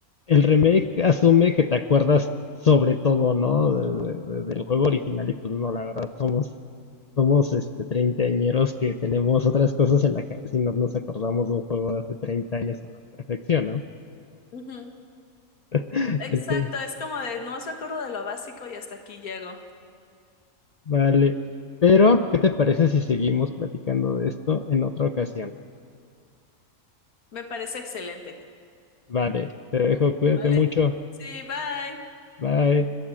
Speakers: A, on the left; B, on the left.
A: el remake asume que te acuerdas sobre todo, ¿no? De- de- de- del juego original y pues no, la verdad somos, somos este treintañeros que tenemos otras cosas en la cabeza y no nos acordamos de un juego de hace 30 años a la perfección, ¿no?
B: Ujú.
A: <laughs>
B: Exacto,
A: Entonces,
B: es como de, nomás me acuerdo de lo básico y hasta aquí llego.
A: vale. Pero, ¿qué te parece si seguimos platicando de esto en otra ocasión?
B: Me parece excelente.
A: Vale, te dejo, cuídate
B: Vale.
A: mucho.
B: Sí, bye.
A: Bye.